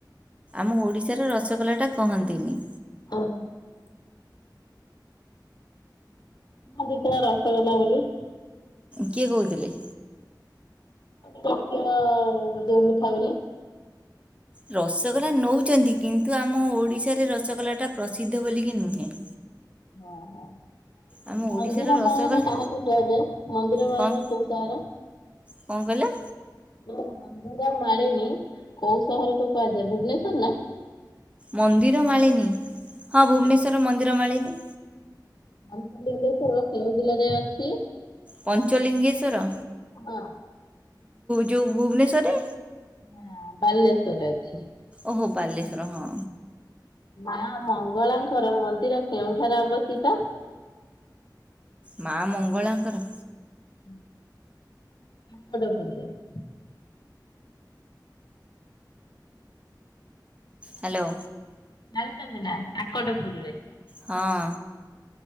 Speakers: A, on the right; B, on the left.
A: ମୁଁ ଓଡ଼ିଶାର ରସଗୋଲା ଟା କହନ୍ତିନି।
B: ହଁ ରସଗଲା ବୋଲି
A: କିଏ କହୁଥିଲେ?
B: ଖ ଯୋଉ ମିଠା ବୋଲି।
A: ରସଗୋଲା ନେଉଛନ୍ତି। କିନ୍ତୁ ଆମ ଓଡ଼ିଶାରେ ରସଗୋଲାଟା ପ୍ରସିଦ୍ଧ ବୋଲିକି ନୁହେଁ।
B: ଓହୋ
A: ଆମ
B: ମନ୍ଦିର
A: ଓଡ଼ିଶାର
B: ମାଳିନୀ
A: ରସଗୋଲା
B: କାହାକୁ କୁହାଯାଏ? ମନ୍ଦିର
A: କଣ
B: ମାଳିନୀ କୋଉ ସହର।
A: କ'ଣ କହିଲେ?
B: ମନ୍ଦିର ମାଳିନି କୋଉ ସହରକୁ କୁହାଯାଏ। ଭୁବନେଶ୍ଵର ନା
A: ମନ୍ଦିର ମାଳିନି ହଁ ଭୁବନେଶ୍ୱର
B: ଆଜ୍ଞା।
A: ମନ୍ଦିର ମାଳିନି।
B: ପଞ୍ଚୁଲିିଙ୍ଗଶ୍ବର କେଉଁ ଜିଲ୍ଲାରେ ଅଛି?
A: ପଞ୍ଚଲିଙ୍ଗେଶ୍ଵର
B: ହଁ
A: ଯେଉଁ ଭୁବନେଶ୍ୱରରେ
B: ହଁ ବାଲେଶ୍ଵରରେ ଅଛି।
A: ଓହୋ ବାଲେଶ୍ଵର ହଁ
B: ମା ମଙ୍ଗଳାଙ୍କର ମନ୍ଦିର କେଉଁଠାରେ ଅବସ୍ଥିତ?
A: ମା ମଙ୍ଗଳାଙ୍କର
B: <unintelligible>
A: ହ୍ୟାଲୋ
B: ଜାଣିଛନ୍ତି ନା ଆକଟପୁରରେ।
A: ହଁ